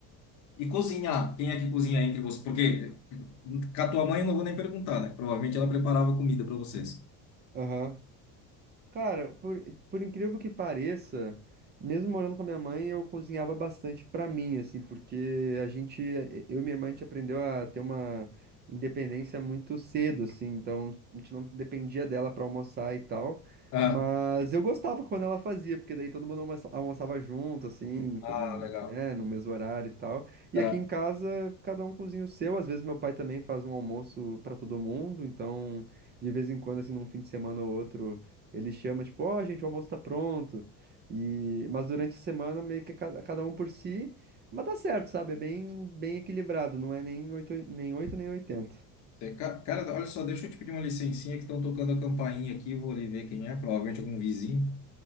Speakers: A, on the left; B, on the right.
A: E cozinhar? Quem é que cozinha entre vocês? Porque com a tua mãe eu não vou nem perguntar, né? Provavelmente ela preparava comida para vocês.
B: Aham. Cara, por, por incrível que pareça, mesmo morando com a minha mãe, eu cozinhava bastante pra mim, assim, porque a gente, eu e minha irmã, a gente aprendeu a ter uma independência muito cedo, assim, então a gente não dependia dela pra almoçar e tal.
A: Ah,
B: Mas eu gostava quando ela fazia, porque daí todo mundo almoça- almoçava junto, assim, com-
A: Ah, legal.
B: né, no mesmo horário e tal. E
A: Ah,
B: aqui em casa, cada um cozinha o seu. Às vezes meu pai também faz um almoço pra todo mundo, então de vez em quando, assim, num fim de semana ou outro. Ele chama, tipo, ó, gente, o almoço tá pronto. E... Mas durante a semana, meio que cada cada um por si. Mas dá certo, sabe? É bem, bem equilibrado. Não é nem 8, nem 8, nem 80.
A: É, ca- Cara, olha só, deixa eu te pedir uma licencinha que estão tocando a campainha aqui, vou ali ver quem é, provavelmente algum vizinho.